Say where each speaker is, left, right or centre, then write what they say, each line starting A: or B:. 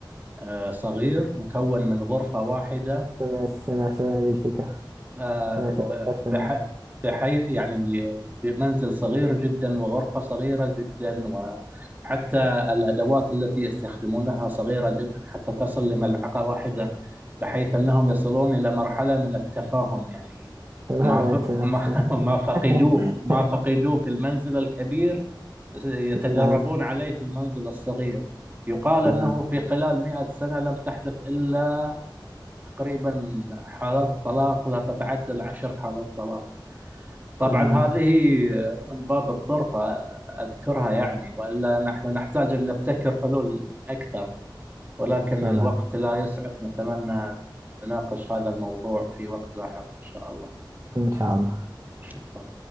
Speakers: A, on the right (about 25°); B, on the right (about 40°).
A: آه، صغير مكون من غرفة واحدة
B: سمعت سمعت عن هذه الفكرة
A: آه،
B: سمعت عن الكسرة
A: بح... بحيث يعني بمنزل صغير جدا وغرفة صغيرة جدا وحتى الأدوات التي يستخدمونها صغيرة جدا حتى تصل لملعقة واحدة بحيث أنهم يصلون إلى مرحلة من التفاهم يعني
B: تماما
A: ما ف...
B: تماما
A: ما <laughs> ما فقدوه
B: <laughs>
A: ما فقدوه في المنزل الكبير يتدربون
B: تمام
A: عليه في المنزل الصغير يقال
B: تمام
A: أنه في خلال مئة سنة لم تحدث إلا تقريبا حالات طلاق لا تتعدى العشر حالات طلاق طبعا
B: تمام
A: هذه من باب الطرفة أذكرها يعني وإلا نحن نحتاج أن نبتكر حلول أكثر ولكن
B: تمام
A: الوقت لا يسعف نتمنى أن نناقش هذا الموضوع في وقت لاحق إن شاء
B: <laughs> إن شاء الله
A: الله